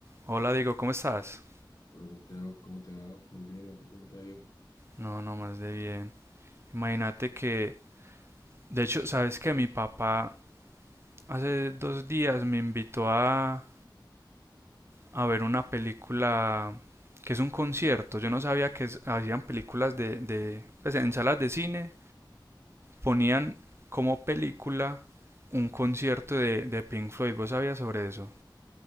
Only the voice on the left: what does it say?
Hola Santiago, ¿cómo te va? Muy bien, ¿a ti cómo te ha ido?